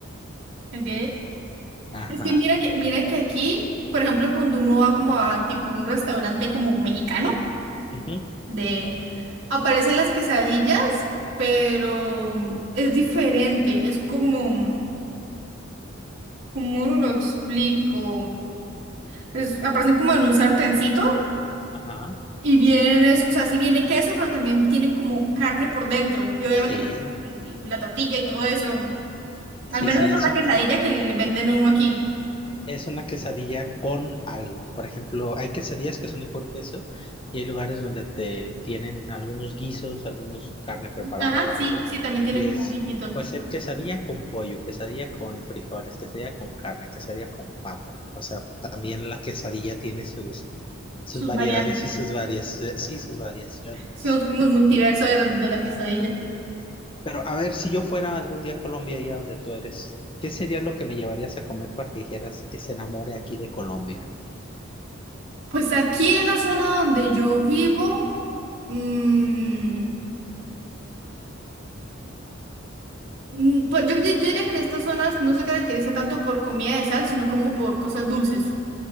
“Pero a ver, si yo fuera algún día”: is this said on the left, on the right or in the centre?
Left